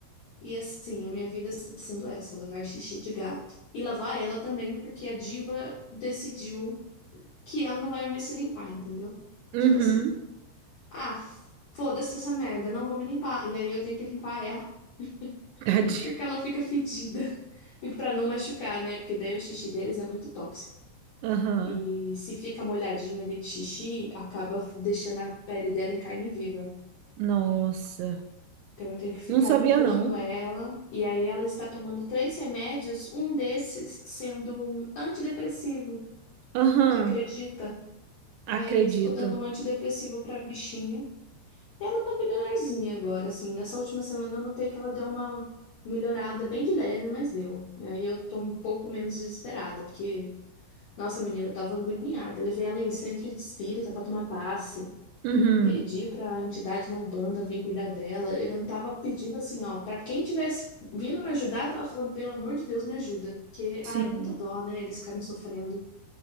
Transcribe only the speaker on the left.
E assim, a minha vida está sendo essa, lavar xixi de gato. E lavar ela também, porque a diva decidiu que ela não vai mais se limpar, entendeu?
Tipo assim, ah, f- foda-se essa merda, não vou me limpar. E aí eu tenho que limpar ela, <laughs>
porque ela fica fedida. E pra não machucar, né? Porque daí o xixi deles é muito tóxico.
E se fica molhadinho ali de xixi, acaba f- deixando a pele dela em carne viva.
Então eu tenho que ficar
limpando
ela. E aí ela está tomando três remédios, um desses sendo um antidepressivo.
Você acredita? Aí
estou dando um antidepressivo pra bichinha. Ela tá melhorzinha agora, assim. Nessa última semana eu notei que ela deu uma melhorada bem de leve, mas deu. E aí eu tô um pouco menos desesperada, porque, nossa, menina, eu tava agoniada. Eu levei ela em centro de espírita pra tomar passe.
Pedi pra entidade não banda vir cuidar dela. Eu não tava pedindo assim, ó, pra quem tivesse vindo me ajudar, eu tava falando, pelo amor de Deus, me ajuda. Que,
ai, é muita dó, né? Eles ficarem sofrendo.